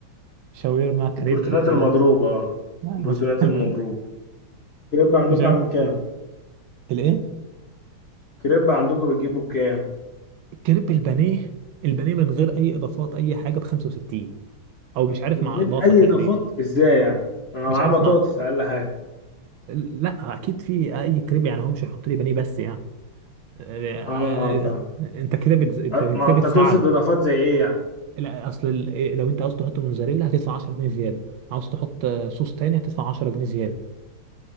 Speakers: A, on the right; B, on the left.
A: شاورما كريب
B: البروتينات
A: الحاجات
B: المضروبة
A: دي
B: اه
A: لا،
B: البروتينات
A: <laughs>
B: المضروبة كريب عندكم
A: مش عارف
B: عامل كام؟
A: الايه
B: كريب عندكم بتجيبه بكام؟
A: كريب البانيه البانيه من غير اي اضافات اي حاجه ب 65 او مش عارف
B: من
A: مع
B: غير
A: اضافه
B: أي
A: تقريبا
B: إضافات إزاي يعني؟ أنا
A: مش
B: معاه
A: عارف
B: بطاطس
A: مع
B: أقل حاجة
A: لا اكيد في اي كريب يعني هو مش هيحط لي بانيه بس يعني آه،
B: اه اه فاهم
A: آه، انت كده بتز... انت
B: أه،
A: كده
B: ما أنت
A: بتساعده
B: تقصد إضافات زي إيه يعني؟
A: لا اصل ال- لو انت عاوز تحط موزاريلا هتدفع 10 جنيه زياده عاوز تحط آه، صوص تاني هتدفع 10 جنيه زياده